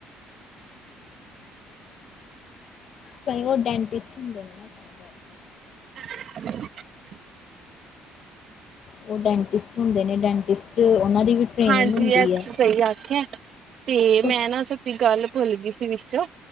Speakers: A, on the left; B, on the right.
A: ਕਈ ''ਉਹ ਡੈਂਟਿਸਟ ਹੁੰਦੇ ਨੇ ਨਾ ''ਤਾਂ ਕਰਕੇ।
B: <unintelligible>
A: ''ਉਹ ਡੈਂਟਿਸਟ ਹੁੰਦੇ ਨੇ। ਡੈਂਟਿਸਟ ਦੀ ਵੀ ਟ੍ਰੇਨਿੰਗ
B: ਹਾਂਜੀ--।
A: ਹੁੰਦੀ
B: ਅ
A: ਹੈ
B: ਸਹੀ ਆਖਿਆ ਤੇ
A: ਤੁਸ
B: ''ਮੈਂ ਨਾ ਸੱਚੀ ਗੱਲ ਭੁੱਲ ਗਈ ਸੀ, ਵਿੱਚੋਂ